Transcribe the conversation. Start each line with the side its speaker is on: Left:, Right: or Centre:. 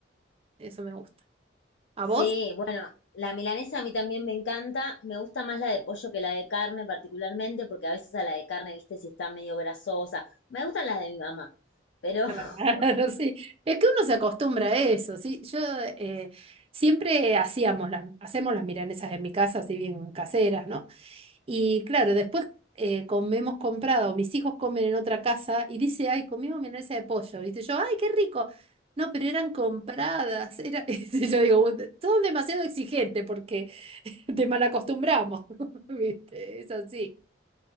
Right: Eso me gusta. ¿A
Left: Sí,
Right: vos?
Left: bueno, la milanesa a mí también me encanta. Me gusta más la de pollo que la de carne particularmente, porque a veces a la de carne, viste, si está medio grasosa. Me gustan las de mi mamá. Pero
Right: Claro,
Left: <laughs>
Right: <laughs> sí. Es que uno se acostumbra a eso, sí. Yo eh, siempre hacíamos las, hacemos las milanesas en mi casa, así bien caseras, ¿no? Y claro, después eh, comemos comprado, mis hijos comen en otra casa y dice, ay, comimos milanesa de pollo, ¿viste? Yo, ay, qué rico. No, pero eran compradas. Era... <laughs> y Yo digo, "Ut- son demasiado exigentes porque te malacostumbramos, <laughs> ¿viste? Es así.